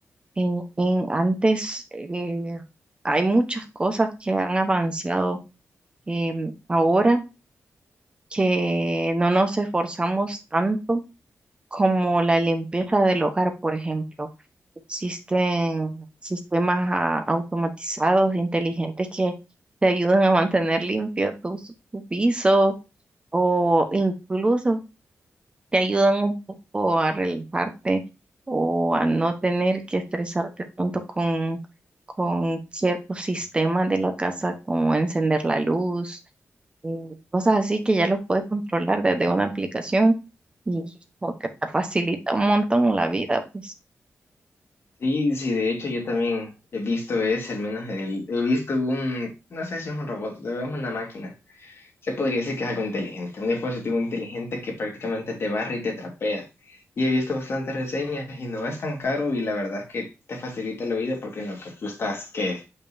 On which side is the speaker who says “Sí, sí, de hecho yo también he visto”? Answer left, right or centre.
Left